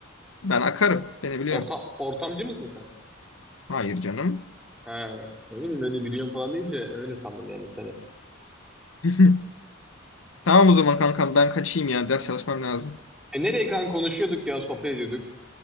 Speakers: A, on the left; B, in the centre.
A: Ben akarım. Beni biliyorsun.
B: Orta, ortamcı mısın sen?
A: Hayır canım.
B: He, ne bileyim öyle biliyorum falan deyince öyle sandım yani seni.
A: <laughs> Tamam o zaman kankam ben kaçayım ya. Ders çalışmam lazım.
B: E nereye kanka konuşuyorduk ya sohbet ediyorduk.